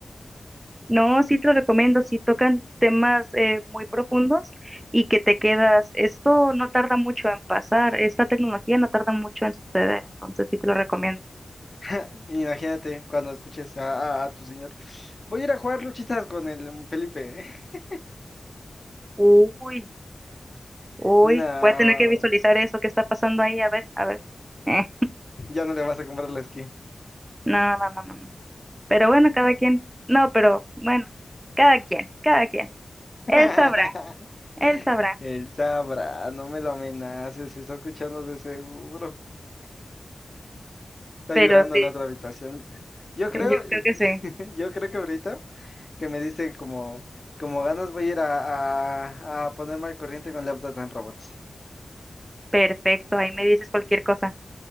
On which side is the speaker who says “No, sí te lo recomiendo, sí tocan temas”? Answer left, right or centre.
Right